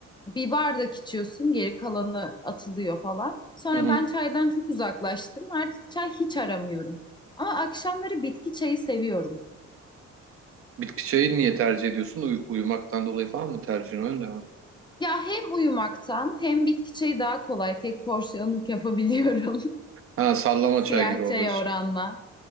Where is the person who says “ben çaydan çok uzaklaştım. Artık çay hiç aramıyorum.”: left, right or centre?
Left